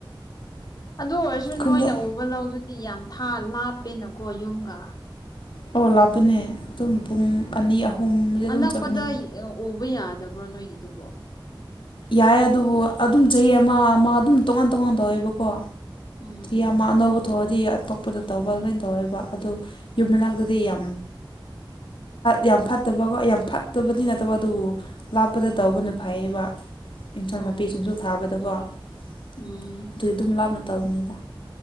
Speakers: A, on the left; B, on the left.
A: ꯑꯗꯨ ꯑꯣꯏꯔꯁꯨ
B: ꯈꯨꯟꯗ
A: ꯅꯣꯏꯅ ꯎꯕ ꯂꯧꯗꯨꯗꯤ ꯌꯥꯝ ꯊꯥ ꯂꯥꯞꯄꯦꯅꯀꯣ ꯌꯨꯝꯒ
B: ꯑꯣ ꯂꯥꯞꯄꯅꯦ ꯑꯗꯨꯝ ꯄꯨꯡ
A: ꯎꯝ
B: ꯑꯅꯤ ꯑꯍꯨꯝꯁꯦ ꯑꯗꯨꯝ
A: ꯑꯅꯛꯄꯗ
B: ꯆꯠꯄꯅꯦ
A: ꯎꯕ ꯌꯥꯗꯕ꯭ꯔꯣ ꯅꯣꯏꯒꯤꯗꯨꯕꯣ
B: ꯌꯥꯏꯌꯦ ꯑꯗꯨꯕꯨ ꯑꯗꯨꯝ ꯆꯍꯤ ꯑꯃ ꯑꯃ ꯑꯗꯨꯝ ꯇꯣꯉꯥꯟ ꯇꯣꯉꯥꯟ ꯇꯧꯋꯦꯕꯀꯣ
A: ꯎꯝ
B: ꯌꯥꯝ ꯑꯅꯧꯕ ꯊꯣꯛꯑꯗꯤ ꯑꯇꯣꯞꯄꯗ ꯇꯧꯕ ꯑꯗꯨꯃꯥꯏꯅ ꯇꯧꯋꯦꯕ ꯑꯗꯨ ꯌꯨꯝ ꯃꯅꯥꯛꯇꯗꯤ ꯌꯥꯝ ꯌꯥꯝ ꯐꯠꯇꯕꯀꯣ ꯌꯥꯝ ꯐꯠꯇꯕꯗꯤ ꯅꯠꯇꯕ ꯑꯗꯨꯕꯨ ꯂꯥꯞꯄꯗ
A: ꯎꯝ
B: ꯇꯧꯕꯅ ꯐꯩꯌꯦꯕ ꯑꯦꯟꯁꯥꯡ
A: ꯑꯣ
B: ꯅꯥꯄꯤꯁꯤꯡꯁꯨ
A: ꯑꯣ
B: ꯊꯥꯕꯗꯀꯣ ꯑꯗꯨꯗꯤ
A: ꯎꯝ
B: ꯑꯗꯨꯝ ꯂꯥꯞꯅ ꯇꯕꯅꯤꯗ